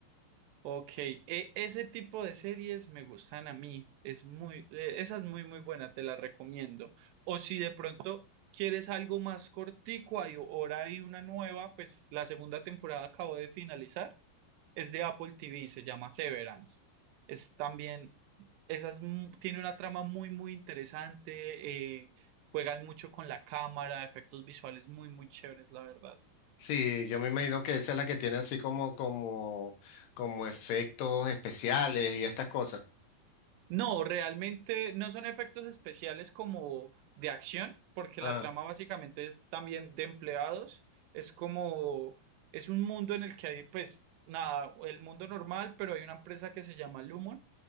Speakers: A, on the right (about 80°); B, on the left (about 75°).
A: Ok, e- ese tipo de series me gustan a mí, es muy, eh, esa es muy muy buena, te la recomiendo. O si de pronto quieres algo más cortico, hay, ahora hay una nueva, pues la segunda temporada acabo de finalizar, es de Apple TV, se llama Severance. Es también, esa es mu- tiene una trama muy muy interesante, eh, juegan mucho con la cámara, efectos visuales muy muy chéveres, la verdad.
B: Sí, yo me imagino que esa es la que tiene así como, como, como efectos especiales y estas cosas.
A: No, realmente no son efectos especiales como de acción, porque
B: Ah,
A: la trama básicamente es también de empleados. Es como, es un mundo en el que hay, pues, nada, el mundo normal, pero hay una empresa que se llama Lumon